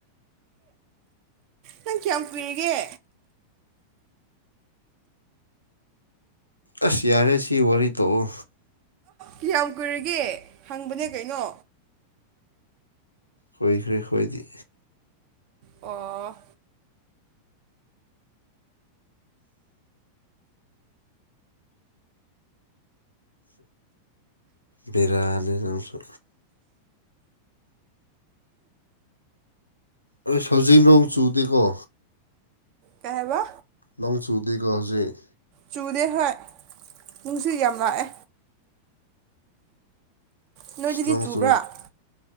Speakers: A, on the right (about 45°); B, on the left (about 85°).
A: ꯅꯪ ꯀꯌꯥꯝ ꯀꯨꯏꯔꯤꯒꯦ
B: ꯑꯁ ꯌꯥꯔꯦ ꯁꯤ ꯋꯥꯔꯤꯔꯤ ꯇꯣꯛꯑꯣ
A: ꯀꯤꯌꯥꯝ ꯀꯨꯏꯔꯒꯦ ꯍꯪꯕꯅꯦ ꯀꯩꯅꯣ
B: ꯑꯣꯏꯈ꯭ꯔꯦ ꯍꯣꯏꯗꯤ
A: ꯑꯣ
B: ꯕꯦꯔꯥꯅꯦ ꯅꯪꯁꯨ ꯑꯩ ꯍꯧꯖꯤꯛ ꯅꯣꯡ ꯆꯨꯗꯦꯀꯣ
A: ꯀꯩ ꯍꯥꯏꯕꯥ
B: ꯅꯣꯡ ꯆꯨꯗꯦꯀꯣ ꯍꯧꯖꯤꯛ
A: ꯆꯨꯗꯦ ꯍꯣꯏ ꯅꯨꯡꯁꯤꯠ ꯌꯥꯝ ꯂꯥꯛꯑꯦ ꯅꯣꯏ
B: ꯑꯁ
A: ꯗꯗꯤ
B: ꯅꯣꯡ
A: ꯆꯨꯕ꯭ꯔꯥ
B: ꯆꯨ